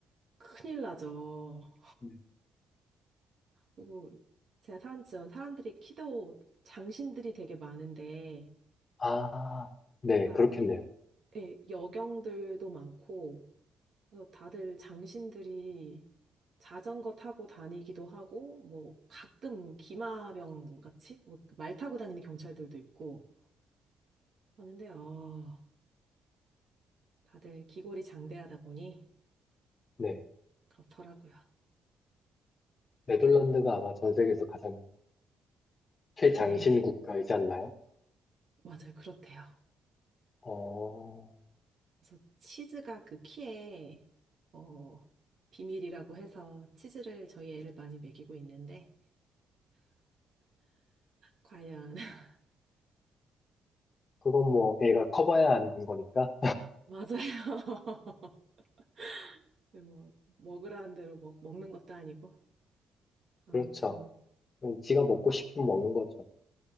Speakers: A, on the right (about 50°); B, on the left (about 35°).
A: 큰일 나죠.
B: 네.
A: 그리고 제가 사는 지역 사람들이 키도 장신들이 되게 많은데,
B: 아, 네,
A: 나,
B: 그렇겠네요.
A: 그리, 예, 여경들도 많고, 그래서 다들 장신들이 자전거 타고 다니기도 하고, 뭐, 가끔 기마병 같이, 뭐, 말 타고 다니는 경찰들도 있고, 하는데 어, 다들 기골이 장대하다 보니
B: 네.
A: 그렇더라고요.
B: 네덜란드가 아마 전 세계에서 가장 최장신
A: 예,
B: 국가이지 않나요?
A: 맞아요. 그렇대요.
B: 어,
A: 그래서 치즈가 그 키에 어, 비밀이라고 해서 치즈를 저희 애를 많이 먹이고 있는데 과연 <laughs>
B: 그건 뭐 애가 커봐야 아는 거니까.
A: 맞아요. <laughs> 뭐 먹으라는 대로 먹, 먹는 것도 아니고 아무튼
B: 그렇죠. 그럼 지가 먹고 싶으면 먹는 거죠.